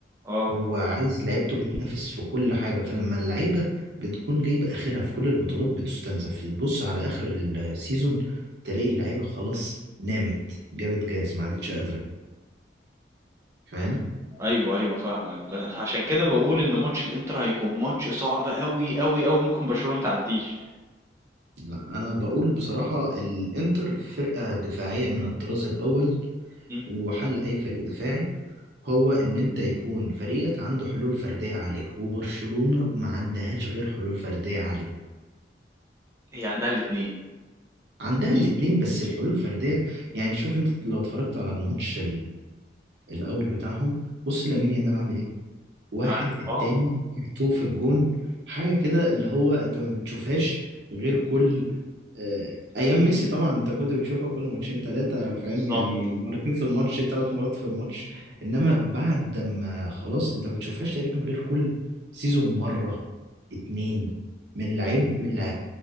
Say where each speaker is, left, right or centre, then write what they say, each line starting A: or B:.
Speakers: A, on the right (about 15°); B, on the right (about 65°).
A: آه.
B: هو عايز لعيبته بتنافس في كل حاجة فلما اللعيبة بتكون جايبة آخرها في كل البطولات بتستنزف تبص على آخر السيزون تلاقي اللعيبة خلاص نامت جابت جاز ما عادتش قادرة فاهم
A: أيوه، أيوه فاهمك. ب فعشان كده باقول إن ماتش الإنتر هيكون ماتش صعب أوي، أوي، أوي ممكن برشلونة ما تعدّيش.
B: لا أنا بقول بصراحة الإنتر فرقة دفاعية من الطراز الأول
A: إمم.
B: وحل أي فريق دفاعي هو إن أنت يكون فريقك عنده حلول فردية عالية وبرشلونة ما عندهاش غير حلول فردية عالية
A: هي عندها الاتنين.
B: عندها الاتنين بس الحلول الفردية يعني شوف انت لو اتفرجت على الماتش الاول بتاعهم بص لامين يامال عامل ايه واحد
A: يعني.
B: التاني
A: آه
B: تو في الجون حاجه كده اللي هو انت ما بتشوفهاش غير كل آه، ايام ميسي طبعا انت كنت بتشوفها كل ماتشين ثلاثه فاهم
A: بالضبط.
B: يعني مرتين في الماتش ثلاث مرات في الماتش انما بعد ما خلاص انت ما بتشوفهاش تقريبا غير كل سيزون مره اتنين من لعيب من لعيب